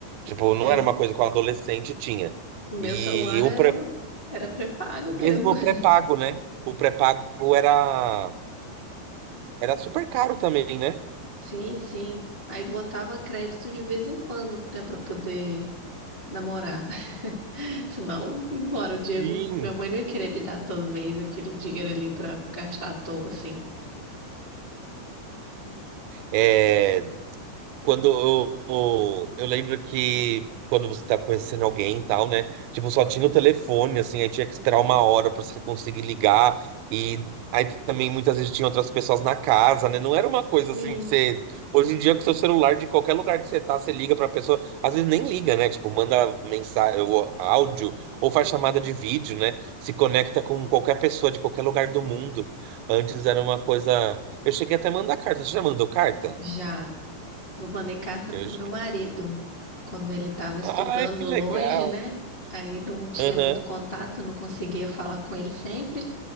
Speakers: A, on the right; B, on the left.
A: Tipo, não
B: É.
A: era uma coisa que o adolescente tinha.
B: O meu
A: E
B: celular
A: o
B: era,
A: pré-
B: era pré-pago
A: mesmo
B: mesmo.
A: o
B: <laughs>
A: pré-pago, né? O pré-pago era, era super caro também, né?
B: Sim, sim. Aí botava crédito de vez em quando, né, pra poder namorar. <laughs> Senão, embora o dinheiro.
A: Sim.
B: Minha mãe não ia querer me dar todo mês aquele dinheiro ali pra gastar à toa, assim.
A: É, Quando eu, eu, eu lembro que quando você tá conhecendo alguém e tal, né? Tipo, só tinha o telefone, assim, aí tinha que esperar uma hora pra você conseguir ligar. E aí também muitas vezes tinha outras pessoas na casa, né? Não era uma coisa assim
B: Sim.
A: que você. Hoje em dia, com seu celular, de qualquer lugar que você tá, você liga pra pessoa. Às vezes nem liga, né? Tipo, manda mensagem, ou áudio, ou faz chamada de vídeo, né? Se conecta com qualquer pessoa de qualquer lugar do mundo. Antes era uma coisa. Eu cheguei até a mandar carta. Você já mandou carta?
B: Já. Eu mandei carta
A: Eu
B: pro meu marido quando ele estava estudando
A: Ai, que legal.
B: longe, né? Aí não tinha
A: Aham.
B: muito contato, não conseguia falar com ele sempre.